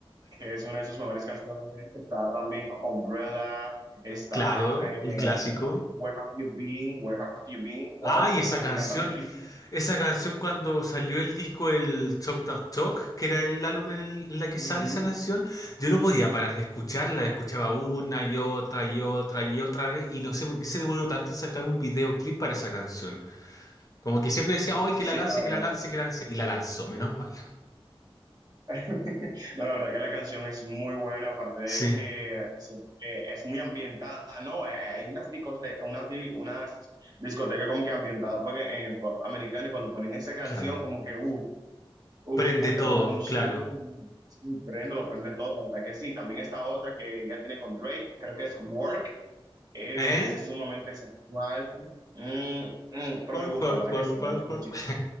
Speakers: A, on the right (about 40°); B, on the left (about 35°).
A: que es una de sus mejores canciones, está también Umbrella, está
B: Claro,
A: eh,
B: un clásico.
A: Where Have You Been, Where Have You Been, wow,
B: Ay, esa
A: me
B: canción.
A: encanta muchísimo.
B: Esa canción cuando salió el disco el Talk That Talk, que era el álbum en, el- en la que
A: Ujú.
B: sale esa canción, yo no podía parar de escucharla, escuchaba una y otra y otra y otra vez y no sé por qué se demoró tanto en sacar un videoclip para esa canción. Como que siempre decía, ¡ay,
A: Sí,
B: que la lance,
A: la
B: que
A: verdad.
B: la lance, que la lance! Y la lanzó, menos mal.
A: <laughs> No, la verdad que la canción es muy buena, aparte de
B: Sí,
A: que se- eh, es muy ambientada, ¿no? Eh, eh, Hay unas, discos de unas, di- unas discotecas como que ambientadas pues, en en el pop americano y cuando ponen esa canción
B: claro.
A: como que, uff, uff,
B: Prende
A: uff, la
B: todo,
A: verdad, muchi-
B: claro.
A: muy, muy, sí, prende, lo prende todo, la verdad que sí. También esta otra que ya tiene con Drake, creo que es Work, eh,
B: ¿Eh?
A: es sumamente sensual, Mm, mm, pero
B: Work,
A: me gusta,
B: work,
A: la verdad
B: work,
A: que sí, me
B: work,
A: gusta muchísimo.
B: work.